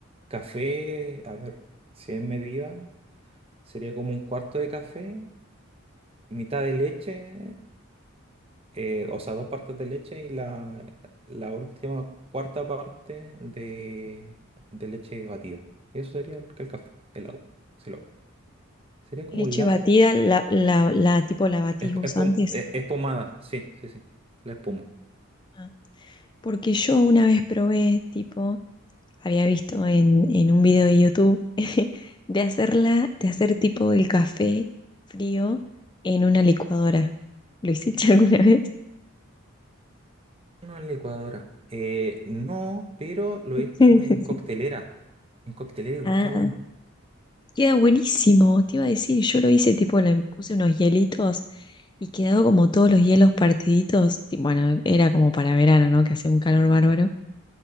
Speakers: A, on the right; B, on the left.
A: Café, a ver, si en medida, sería como un cuarto de café, mitad de leche, eh, o sea, dos partes de leche y la, la última cuarta parte de, de leche batida. Y eso sería el, el café, helado. si lo hago. Sería como
B: Leche
A: un latte
B: batida, la, la, la- tipo la batís
A: Es,
B: vos
A: es pom-
B: antes.
A: es- es pomada, sí, sí, sí. La espuma.
B: Ah, Porque yo una vez probé, tipo, había visto en, en un video de YouTube <laughs> de hacerla, de hacer tipo el café frío en una licuadora. ¿Lo hiciste <laughs> alguna vez?
A: No en licuadora. Eh, no, pero lo he hecho
B: Sí.
A: en coctelera. En coctelera igual
B: Ah,
A: queda bueno.
B: ah. queda buenísimo, te iba a decir, yo lo hice tipo,
A: Mm.
B: le puse unos hielitos y quedó como todos los hielos partiditos. ti- Bueno, era como para verano, ¿no? Que hacía un calor bárbaro